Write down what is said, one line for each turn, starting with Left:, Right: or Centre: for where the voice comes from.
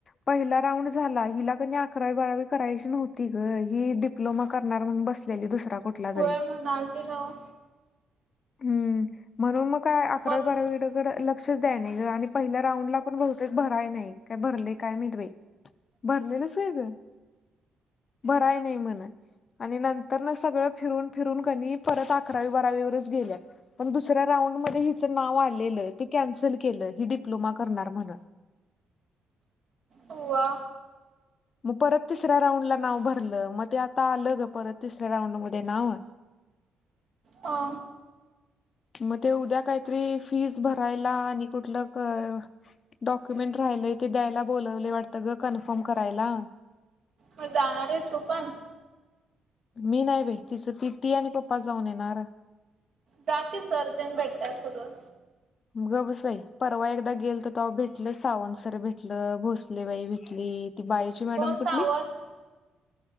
Left: पहिला राऊंड झाला हिला कणी अकरावी बारावी करायची नव्हती ग ही दि. डिप्लोमा करणार म्हणून बसलेली दुसरा कुठला तरी
Right: होय म्हणाली ती नव्ह,
Left: हम्म म्हणून मग काय अकरावी
Right: मग
Left: बारावीडेकडे लक्ष! तसच टाइमिंग तसं पहिल्या आणि राउंडला पण बहुतेक बा. काय नाही काय भरले काय माहीत बाई भरलेलच हाय अग. भराय नाही म्हण, आणि नंतर सगळं फिरून फिरून कनीय परत अकरावी बारावीवरच गेल्या. पण दुसऱ्या राऊंड मध्ये हिचं नाव आलेलं ते कॅन्सल केलं ही डिप्लोमा करणार म्हणून.
Right: अव्वा.
Left: मग परत तिसऱ्या राऊंडला नाव भरलं, मग ते आता आलं गं परत तिसऱ्या राऊंडमध्ये नाव.
Right: हा,
Left: मग ते उद्या काहीतरी फीज भरायला आणि कुठलं काय. डॉक्युमेंट राहिलय ते द्यायला बोलावले वाटतं गं, कन्फर्म करायला.
Right: मग जाणार आहेस तू पण
Left: मी नाही बाई तीचती ती आणि पप्पा जाऊन येणार.
Right: जा की, सर तेनं भेटतात सगळं.
Left: गं बस बाई परवा एकदा गेलत तवा भेटल सावंत सर भेटल भोसलेबाई भेटली. ती बायोची मॅडम
Right: कोण सावंत?
Left: कुठली?